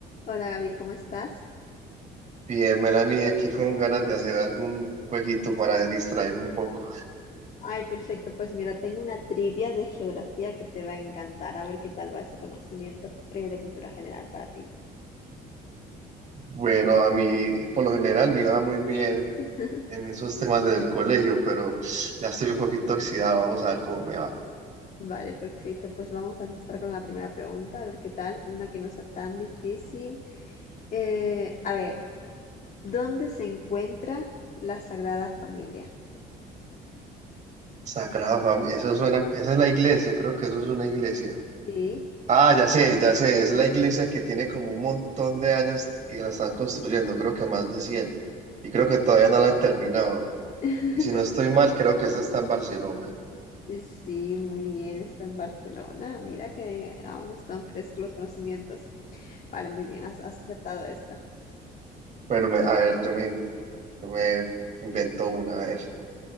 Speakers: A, on the left; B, on the right.
A: Hola Gabriel, ¿cómo estás?
B: Bien, Melanie, aquí con ganas de hacer algún jueguito para distraerme un poco.
A: Ay, perfecto. Pues mira, tengo una trivia de geografía que te va a encantar. A ver qué tal va ese conocimiento eh, de cultura general para ti.
B: Bueno, a mí por lo general me iba muy bien
A: <laughs>
B: en esos temas del colegio, pero ya estoy un poquito oxidado, vamos a ver cómo me va.
A: Vale, perfecto. Pues vamos a empezar con la primera pregunta, a ver qué tal. Una que no sea tan difícil. Eh, a ver, ¿dónde se encuentra la Sagrada Familia?
B: Sagrada Familia, eso suena, esa es la iglesia, creo que eso es una iglesia.
A: Sí,
B: Ah, ya sé, ya sé, es la iglesia que tiene como un montón de años que la están construyendo, creo que más de 100 y creo que todavía no la han terminado.
A: <laughs>
B: Y si no estoy mal, creo que esa está en Barcelona.
A: sí, muy bien. Está en Barcelona. Mira que aún están frescos los conocimientos. Vale, muy bien, has, has acertado esta.
B: Bueno, me- a ver, yo me, yo me invento una, a ver.